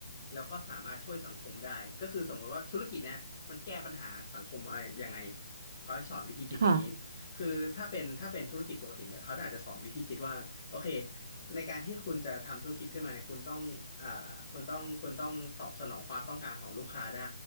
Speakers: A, on the left; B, on the right.
A: แล้วก็สามารถช่วยสังคมได้ก็คือสมมุติว่าธุรกิจเนี่ยมันแก้ปัญหาสังคมอะไรยังไงเขาให้สอนวิธีคิดอย่างนี้
B: ค่ะ
A: คือถ้าเป็นถ้าเป็นธุรกิจปกติเนี่ยเขาอาจจะสอนวิธีคิดว่าโอเคในการที่คุณจะทำธุรกิจขึ้นมาเนี่ยคุณต้องอ่าคุณต้องคุณต้องตอบสนองความต้องการของลูกค้าได้